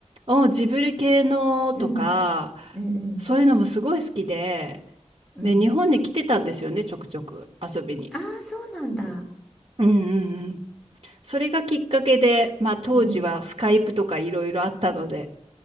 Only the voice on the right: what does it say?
お、ジブリ系のとか、
そういうのもすごい好きで、
で、日本に来てたんですよね、ちょくちょく遊びに。
うんうんうん。それがきっかけで、まあ当時はスカイプとかいろいろあったので、